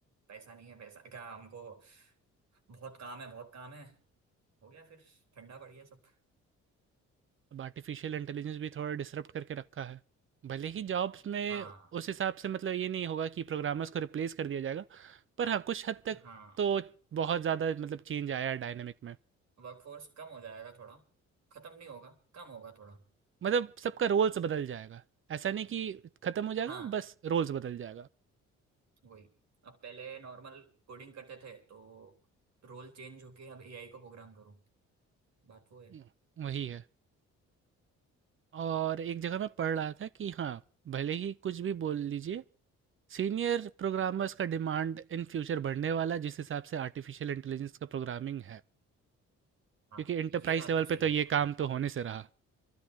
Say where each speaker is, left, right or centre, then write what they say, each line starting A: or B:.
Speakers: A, on the right; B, on the right.
A: पैसा नहीं है पैसा क्या हमको बहुत काम है बहुत काम है हो गया फिर ठंडा पड़ गया सब
B: अब आर्टिफिशियल इंटेलिजेंस भी थोड़ा डिसरप्ट करके रखा है। भले ही जॉब्स में
A: हाँ
B: उस हिसाब से मतलब ये नहीं होगा कि प्रोग्रामर्स को रिप्लेस कर दिया जाएगा, पर हाँ, कुछ हद तक
A: हाँ
B: तो बहुत ज़्यादा मतलब चेंज आया है डायनामिक में।
A: वर्कफोर्स कम हो जाएगा थोड़ा खत्म नहीं होगा कम होगा थोड़ा
B: मतलब सबका रोल्स बदल जाएगा। ऐसा नहीं कि खत्म हो जाएगा,
A: हाँ
B: बस रोल्स बदल जाएगा।
A: वही अब पहले नॉर्मल कोडिंग करते थे तो रोल चेंज होके अब एआई को प्रोग्राम करूँ बात वो है
B: हुँ, वही है। और एक जगह मैं पढ़ रहा था कि हाँ, भले ही कुछ भी बोल लीजिए, सीनियर प्रोग्रामर्स का डिमांड इन फ्यूचर बढ़ने वाला जिस हिसाब से आर्टिफिशियल इंटेलिजेंस का प्रोग्रामिंग है।
A: हाँ
B: क्योंकि एंटरप्राइज
A: ये बात
B: लेवल
A: तो सही
B: पे तो
A: है
B: ये
A: बिल्कुल
B: काम तो होने से रहा